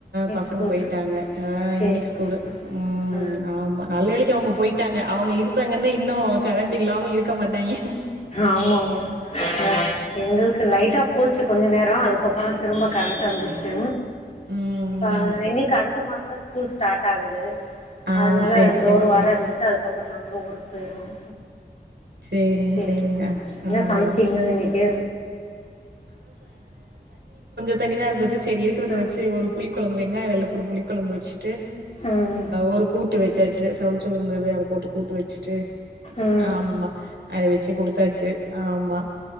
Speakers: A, on the right; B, on the left.
A: பசங்க
B: ஸ்கூலு
A: போயிட்டாங்க அ
B: சேரி
A: இனிக்கு ஸ்கூல்
B: சேரி
A: ம்ம்
B: ஆ
A: ஆமா நல்ல வேளைக்கு அவங்க போயிட் டாங்க அவங்க இருந்தாங்கன்னா இன் னோ கரண்ட் இல்லாம இருக் கமாட்டாயங்க
B: ஆமா ஆமா எங்களுக்கு லைட்டா போச் ச்சு கொஞ்ச நேரம் அதுக்கப்புறம் திரும்ப கரண்ட் வந்துச்சு
A: ம் ம்
B: அ
A: சரி
B: எங்களுக்கு அடுத்த மாஸ் ஸ்கூல் ஸ்டார்ட் ஆகுது
A: ஆ
B: அன்னால
A: சரி
B: அந்த
A: சரி
B: ஒரு வாரம்
A: சரி
B: இருந்துட்டு
A: சரி
B: அதுக்கப்ப அப்புறம் நாங்களும் ஊருக்கு போயிவோம்
A: சேரிங்க
B: செரி
A: சேரிங்க
B: செரி என்ன
A: ஆ
B: சமைச்சிங்க இன்னிக்கு
A: பனிதா இருந்தது செரி இருக்கத
B: ஆ
A: வச்சு ஒரு புளி கொலம்பு வெங்காய வெள்ளபுடு புளி கொலம்பு வச்சு ட்டு
B: ம்
A: ஒரு கூட்டு வச் சச்சு சொசோவ் உ இருந்தது அத போட்டு கூட்டு வச்சுட்டு
B: ம்
A: ஆமா அதவெச்சு குடு பாச்சு ஆமா